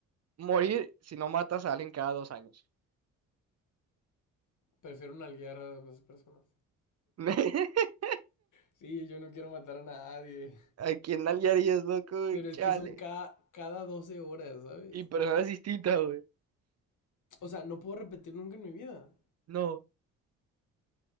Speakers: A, on the right; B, on the left.
A: morir si no matas a alguien cada dos años.
B: Prefiero nalguear a las personas.
A: <laughs>
B: Sí, yo no quiero matar a nadie.
A: ¿A quién nalguearías, loco? güey?
B: Pero es
A: Chale.
B: que son cada, cada 12 horas, ¿sabes?
A: Y personas distintas, güey.
B: O sea, no puedo repetir nunca en mi vida.
A: No.